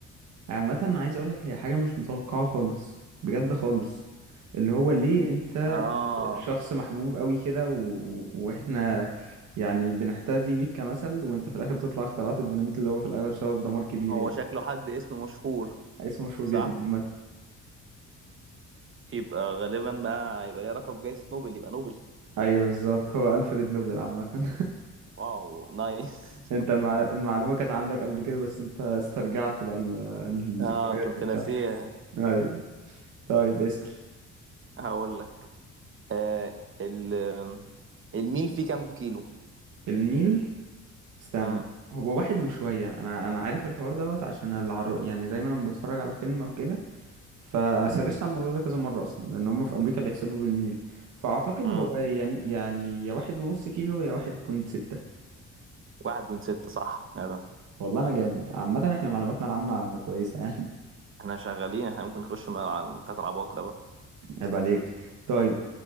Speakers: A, on the right (about 80°); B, on the right (about 45°).
A: عامة عايز اقول لك هي حاجة مش متوقعة خالص بجد خالص اللي هو ليه انت
B: آه
A: شخص محبوب قوي كده و... واحنا يعني بنحتذي بيك كمثل وانت في الاخر تطلع اخترعت الديناميت اللي هو في الاغلب سبب دمار كبير
B: هو
A: يعني
B: شكله حد اسم مشهور
A: اسم مشهور
B: صح
A: جدا عامة
B: يبقى غالبا بقى يبقى ليه علاقة بجائزة نوبل يبقى نوبل
A: ايوه بالظبط هو ألفريد نوبل عامة
B: واو نايس
A: <laughs> انت المع... المعلومة كانت عندك قبل كده بس انت استرجعت بقى ال... الذكريات
B: <laughs> آه كنت
A: وبتاع
B: ناسيها
A: ايوه طيب اسأل
B: هقول لك آه ال الميل فيه كام كيلو
A: الميل استنى
B: امم
A: هو واحد وشوية انا انا عارف الحوار دوت عشان العرب يعني دايما لما بتفرج على فيلم او كده فسرشت على الموضوع ده كذا مرة أصلا لأن هم في أمريكا بيحسبوا بالميل فأعتقد
B: امم
A: هو يا م- يعني يا واحد ونص كيلو يا واحد بوينت ستة
B: واحد بوينت ستة صح يا ده
A: والله أنا جامد عامة احنا معلوماتنا العامة كويسة يعني
B: احنا شغالين احنا ممكن نخش من الع- بتاعت العباقرة بقى
A: <laughs> عيب عليك طيب